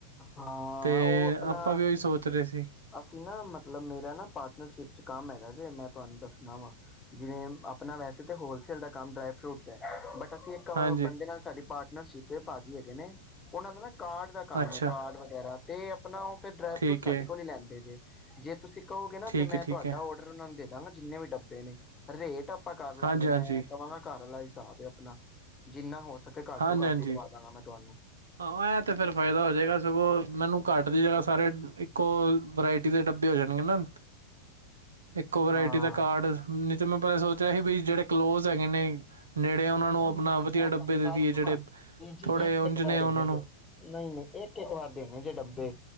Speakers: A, on the left (about 15°); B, on the right (about 70°).
A: ਹਾਂ,
B: ਅਤੇ
A: ਉਹ ਆਪਨਾ
B: ਆਪਾਂ ਵੀ ਉਹੀ ਸੋਚ ਰਹੇ ਸੀ
A: ਅਸੀਂ ਨਾ ਮਤਲਬ, ਮੇਰਾ ਨਾ ਪਾਰਟਨਰਸ਼ਿਪ ਚ ਕੰਮ ਹੈਗਾ ਜੇ ਮੈਂ ਤੁਹਾਨੂੰ ਦੱਸਣਾ ਵਾ, ਜਿਵੇਂ ਆਪਣਾ ਵੈਸੇ ਤਾਂ ਹੋਲਸੇਲ ਦਾ ਕੰਮ ਡਰਾਈ -ਫਰੂਟ ਦਾ ਬਟ ਇੱਕ
B: ਹਾਂਜੀ
A: ਬੰਦੇ ਨਾਲ ਸਾਡੀ ਪਾਰਟਨਰਸ਼ਿਪ ਏ, ਭਾਜੀ ਹੈਗੇ ਨੇ। ਉਹਨਾਂ ਦਾ ਨਾ ਕਾਰਡ ਕੰਮ
B: ਅੱਛਾ
A: ਕਾਰਡ ਵਗੈਰਾ ਤੇ ਆਪਣਾ, ਉਹ ਫਿਰ ਡਰਾਈ-
B: ਠੀਕ
A: ਫਰੂਟ ਸਾਡੇ
B: ਹੈ
A: ਕੋਲ ਹੀ ਲੈਂਦੇ ਜੇ ਜੇ ਤੁਸੀਂ ਕਹੋਗੇ ਨਾ,
B: ਠੀਕ
A: ਤੇ ਮੈਂ
B: ਹੈ ਠੀਕ
A: ਤੁਹਾਡਾ
B: ਹੈ
A: ਔਡਰ ਉਹਨਾਂ ਨੂੰ ਦੇ ਦਾਂਗਾ। ਜਿੰਨੇ ਵੀ ਡੱਬੇ ਨੇ, ਰੇਟ ਆਪ ਆਪਾਂ ਕਰ
B: ਹਾਂਜੀ
A: ਲਾਂਗੇ,
B: ਹਾਂਜੀ
A: ਮੈਂ ਕਵਾਂਗਾ ਘਰ ਲਾਈ ਹਿਸਾਬ ਏ ਆਪਣਾ, ਜਿੰਨਾ ਹੋ ਘਟ
B: ਹਾਂਜੀ
A: ਤੋਂ ਘੱਟ
B: ਹਾਂਜੀ
A: ਹੀ ਲਵਾ ਦਵਾਂਗਾ, ਮੈਂ ਤੁਹਾਨੂੰ।
B: ਹਾਂ, ਇਹ ਤੇ ਫਿਰ ਫ਼ਾਇਦਾ ਹੋ ਜਾਏਗਾ। ਸਗੋਂ ਮੈਨੂੰ ਘੱਟ ਦੀ ਜ੍ਗਾ, ਸਾਰੇ ਇੱਕੋ ਵਰਾਇਟੀ ਦੇ ਡੱਬੇ ਹੋ ਜਾਣਗੇ ਨਾ। ਇੱਕੋ ਵਰਾਇਟੀ
A: ਹਾਂ
B: ਦਾ ਕਾਰਡ ਤੇ ਮੈਂ ਪਹਿਲਾਂ ਸੋਚਿਆ ਸੀ, ਬਈ ਜਿਹੜੇ ਕਲੋਜ ਹੈਗੇ ਨੇ ਨੇੜੇ ਉਹਨਾਂ ਨੂੰ
A: ਨਹੀਂ
B: ਆਪਣਾ
A: ਨਹੀਂ
B: ਵਧੀਆ
A: ਮੈਂ
B: ਡੱਬੇ
A: ਤੁਹਾਡੀ
B: ਦੇਦੀਏ,
A: ਗੱਲ
B: ਜਿਹੜੇ
A: ਕਵਾਂ ਵੀਰ ਜੀ
B: ਥੋੜੇ
A: ਇੱਕ ਇੱਕ ਵਾਰ
B: ਉਹਨਾਂ
A: ਦੇਣੇ
B: ਨੂੰ
A: ਜੇ, ਨਹੀਂ -ਨਹੀਂ ਇੱਕ- ਇੱਕ ਵਾਰ ਦੇਣੇ ਜੇ ਡੱਬੇ।